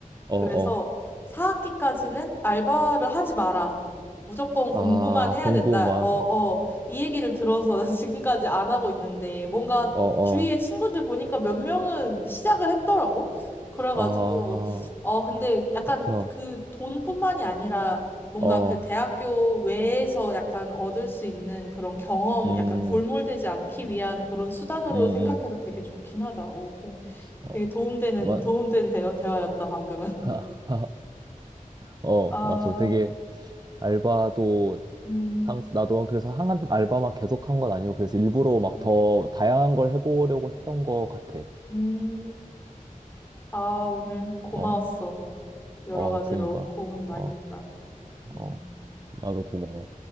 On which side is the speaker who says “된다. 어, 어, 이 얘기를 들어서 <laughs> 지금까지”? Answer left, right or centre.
Left